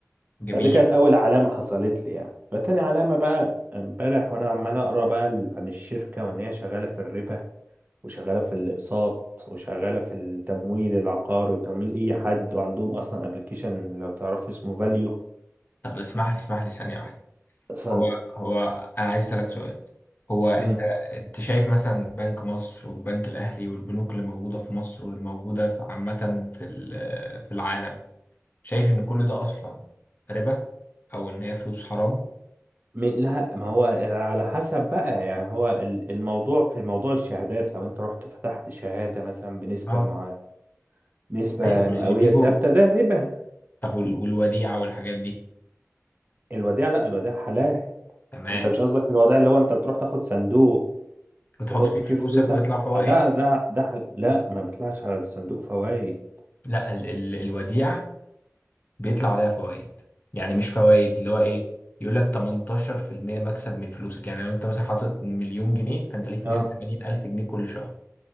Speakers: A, on the left; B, on the right.
A: جميل
B: فدي كانت اول علامه حصلت لي يعني فتاني علامه بقى امبارح وانا عمال اقرا بقى ال- عن الشركه وان هي شغاله في الربا وشغالة في الأقساط وشغالة في التمويل العقاري وتمويل أي حد وعندهم أصلا ابلكيشن لو تعرفوا اسمه فاليو
A: طب اسمح لي اسمح لي ثانية واحدة
B: ف
A: هو هو أنا عايز أسألك سؤال هو أنت
B: مم.
A: أنت شايف مثلا بنك مصر والبنك الأهلي والبنوك اللي موجودة في مصر واللي موجودة في عامة في ال- في العالم شايف إن كل ده أصلا ربا أو إن هي فلوس حرام؟
B: م- لا ما هو على حسب بقى يعني هو ال- الموضوع في موضوع الشهادات لو انت رحت فتحت شهادة مثلا بنسبة
A: اه
B: مع نسبة
A: أيوه
B: مئوية
A: اللي بيجوا
B: ثابتة ده ربا
A: طب وال- والوديعة والحاجات دي
B: الوديعة لا الوديعة حلال
A: تمام
B: انت مش قصدك في الوديعة اللي هو انت بتروح تاخد صندوق
A: بتحط
B: تحط
A: فيه فلوسك
B: فيه فلوسك
A: ويطلع فوايد
B: آه، ده ده ده حل... لا ما بيطلعش على الصندوق فوائد
A: لا ال ال الوديعة بيطلع عليها فوائد يعني مش فوائد اللي هو ايه يقول لك 18% مكسب من فلوسك يعني لو انت مثلا حاطط مليون جنيه فانت ليك
B: اه
A: 180 الف جنيه كل شهر